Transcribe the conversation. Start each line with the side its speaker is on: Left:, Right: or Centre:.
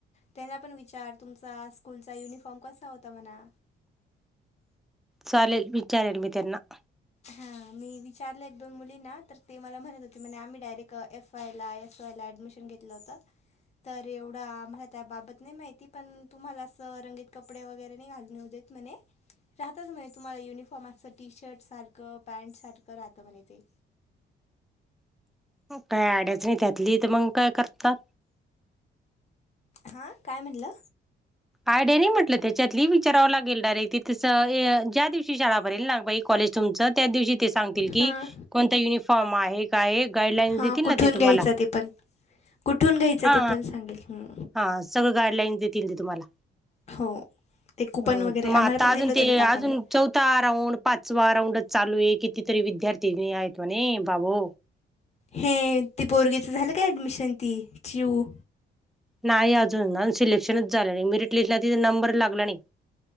Left: त्यांना पण विचार तुमचा स्कूलचा युनिफॉर्म कसा होता म्हणा
Centre: चाले विचार मी तेना
Left: हा मी विचारलं एक दोन मुलींना तर ते मला म्हणत होते म्हणे आम्ही डायरेक्ट एफ आय ला एस वाय ला ऍडमिशन घेतलं होतं तर एवढा आम्हाला त्याबाबत नाही माहिती पण तुम्हाला असं रंगीत कपडे वगैरे नाही घालणे हो द राहतच म्हणे तुम्हाला युनिफॉर्म अस टी शर्ट स पॅन्ट सारखं राहतं म्हणे ते
Centre: काय अड्याच नाही त्यातली तर मग काय करतात
Left: हां काय म्हटलं
Centre: आयडि नाही म्हटलं त्याच्यातलीि विचारावं लागेल डायरेक्ट तसं ज्या दिवशी शाळा भरेल ना बाई कॉलेज तुमच त्या दिवशी ते सांगतील
Left: हां
Centre: की कोणता युनिफॉर्म आहे काय गाईडलाईन्स
Left: हां
Centre: देतील
Left: कुठून
Centre: ना ते तुम्हाला
Left: घ्यायचं ते पण कुठून घ्यायचं
Centre: हा
Left: ते पण सांगेल हम
Centre: हा सगळं गाईडलाईन्स देतील ते तुम्हाला
Left: हो ते कुपन
Centre: ह
Left: वगैरे
Centre: मग
Left: आम्हाला
Centre: आता
Left: पण दिलं
Centre: अजून
Left: होतं
Centre: ते
Left: ना काकांनी
Centre: अजून चौथा राऊंड पाचवा राऊंडच चालू आहे कितीतरी विद्यार्थी आहेत म्हणे बाबो
Left: हे ते पोरगीचं झालं का ऍडमिशन ती च्यू
Centre: नाही अजून ना सिलेक्शनच झालं नाही मिरट लिस्टला ति नंबर लागला नाही